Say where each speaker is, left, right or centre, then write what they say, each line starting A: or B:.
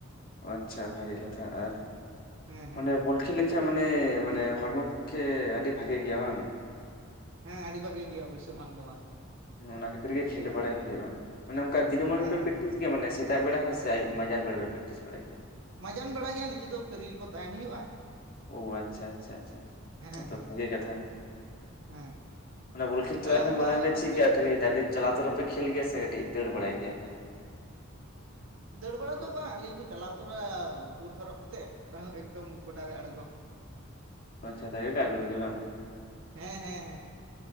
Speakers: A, on the left; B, on the right.
A: ᱟᱪᱪᱷᱟ ᱵᱷᱟᱜᱮ ᱠᱟᱛᱷᱟ ᱟᱨ
B: ᱦᱮᱸ ᱦᱮᱸ
A: ᱚᱱᱮ
B: ᱦᱮᱸ
A: ᱵᱚᱞ ᱠᱷᱮᱞ ᱞᱮᱠᱷᱟᱭ ᱢᱟᱱᱮ ᱢᱟᱱᱮ ᱦᱚᱲᱢᱚ ᱯᱚᱠᱷᱮ ᱟᱹᱰᱤ ᱵᱷᱟᱜᱮ ᱜᱮᱭᱟ ᱵᱟᱝ᱾
B: ᱦᱮᱸ ᱟᱹᱰᱤ ᱵᱷᱟᱜᱮ ᱜᱮᱭᱟ ᱚᱵᱚᱥᱥᱳᱭ ᱵᱟᱝ ᱫᱚ ᱵᱟᱝ᱾
A: ᱚᱱᱟ ᱠᱷᱟᱹᱛᱤᱨ ᱜᱮ ᱠᱷᱮᱞ ᱵᱟᱲᱟᱭ ᱦᱳᱭᱳᱜᱼᱟ ᱚᱱᱮ ᱚᱱᱠᱟ ᱫᱤᱱᱟᱹᱢ
B: ᱦᱮᱸ
A: ᱦᱤᱞᱚᱜ ᱜᱮᱯᱮ
B: ᱦᱮᱸ
A: ᱯᱮᱠᱴᱤᱥ
B: ᱦᱮᱸ
A: ᱜᱮᱭᱟ ᱢᱟᱱᱮ? ᱥᱮᱛᱟᱜ ᱵᱮᱲᱟ ᱦᱚᱸ ᱥᱮ ᱟᱭᱩᱵ ᱢᱟᱡᱟᱱ ᱵᱮᱲᱟ ᱯᱮ ᱯᱨᱮᱠᱴᱤᱥ ᱵᱟᱲᱟᱭ ᱜᱮᱭᱟ?
B: ᱢᱟᱡᱟᱱ ᱵᱮᱲᱟ ᱜᱮᱭᱟ ᱱᱤᱡᱮ ᱫᱚ ᱯᱷᱤᱨᱤ ᱠᱚ ᱛᱟᱦᱮᱱ ᱦᱩᱭᱩᱜᱼᱟ᱾
A: ᱳ ᱟᱪᱪᱷᱟ ᱟᱪᱪᱷᱟ ᱟᱪᱪᱷᱟ
B: ᱦᱮᱸ
A: ᱡᱷᱚᱛᱚ
B: ᱦᱮᱸ
A: ᱵᱚᱜᱮ ᱠᱟᱛᱷᱟ᱾
B: ᱦᱮᱸ
A: ᱚᱱᱟ ᱵᱚᱞ ᱠᱷᱮᱞ
B: ᱛᱟᱦᱞᱮ
A: ᱪᱟᱞᱟᱜ
B: ᱚᱱᱠᱟ
A: ᱢᱟᱲᱟᱝ ᱯᱮ
B: ᱜᱚᱝᱠᱮ
A: ᱪᱤᱠᱟᱹᱜ ᱟ ᱠᱷᱟᱹᱞᱤ ᱴᱟᱭᱵᱤᱠ ᱪᱟᱞᱟᱣ ᱛᱚᱨᱟ ᱯᱮ ᱠᱷᱮᱞ ᱜᱮᱭᱟ ᱥᱮ ᱠᱟᱹᱴᱤᱡ ᱫᱟᱹᱲ ᱵᱟᱲᱟᱭ ᱜᱮᱭᱟ ᱯᱮ?
B: ᱫᱟᱹᱲ ᱵᱟᱲᱟ ᱫᱚ ᱵᱟᱝ ᱟᱹᱞᱤᱧ ᱫᱚ ᱪᱟᱞᱟᱣ ᱛᱚᱨᱟ ᱵᱩᱴ ᱦᱚᱨᱚᱜ ᱠᱟᱛᱮᱜ ᱮᱠᱫᱚᱢ ᱜᱚᱰᱟ ᱨᱮ ᱟᱲᱜᱚ᱾
A: ᱟᱪᱪᱷᱟ ᱰᱟᱭᱨᱮᱰ ᱟᱲᱜᱩ ᱜᱮ ᱵᱟᱝ᱾
B: ᱦᱮᱸᱻ ᱦᱮᱸᱻ ᱦᱮᱸ,